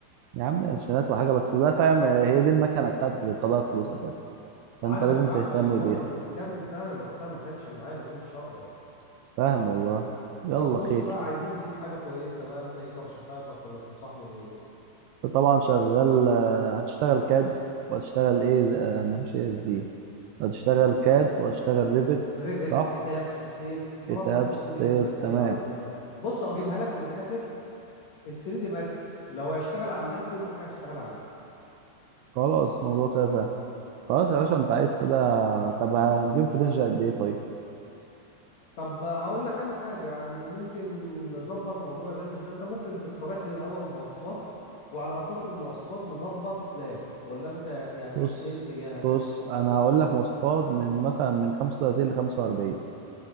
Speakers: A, on the right; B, on the left.
A: يا عم قرشينات وحاجة بس ده فاهم آه، هي دي المكنة بتاعتك اللي بتطلعك فلوس اساسا فانت
B: عندك
A: لازم
B: حق
A: تهتم
B: والله
A: بيها
B: بس كان فعلا وقتها ما كانش معايا ما كنتش اقدر
A: فاهم والله يلا
B: طب بص
A: خير
B: بقى عايزين نجيب حاجه كويسه بقى انت ايه ترشيحاتك ولا تنصحني بايه
A: انت طبعا شغال آه، هتشتغل كاد وهتشتغل ايه آه، مفيش اس دي هتشتغل كاد وهتشتغل ريفت
B: ريفت
A: صح
B: اتابس سيف برامج
A: كتاب
B: تصميم
A: سيف
B: هندسيه
A: تمام
B: عموما يعني. بص اجيبها لك من الاخر ال 3 دي ماكس لو هيشتغل على اللاب كل حاجه هتشتغل عليه
A: خلاص الموضوع كده سهل خلاص يا باشا انت عايز كده طب هنجيب في رينج قد ايه طيب
B: طب هقول لك انا حاجه يعني ممكن نظبط موضوع الرينج ده انت ممكن تقترح لي الاول مواصفات وعلى اساس المواصفات نظبط لاب ولا انت يعني
A: بص
B: ايه اتجاهك
A: بص انا هقول لك مواصفات من مثلا من 35 ل 45